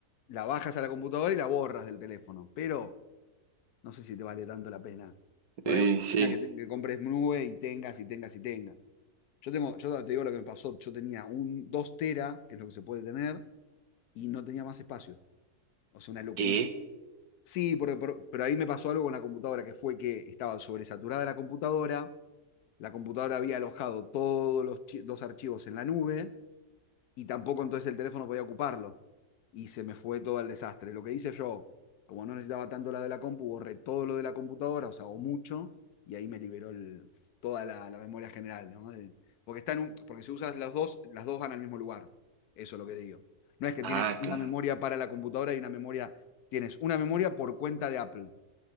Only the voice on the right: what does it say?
Eh,
sí.
¿Qué?
Ah,
claro.